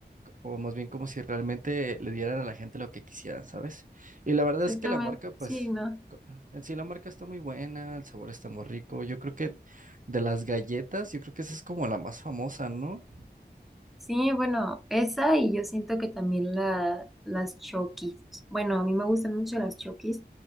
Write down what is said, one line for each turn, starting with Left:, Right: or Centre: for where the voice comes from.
Right: o más bien como si realmente le dieran a la gente lo que quisieran, ¿sabes? Y la verdad
Centre: Exactamente,
Right: es que la marca, pues,
Centre: sí, no.
Right: co- en sí la marca está muy buena, el sabor está muy rico. Yo creo que de las galletas, yo creo que esa es como la más famosa, ¿no?
Centre: Sí, bueno, esa y yo siento que también la, las Chokis. Bueno, a mí me gustan mucho las Chokis.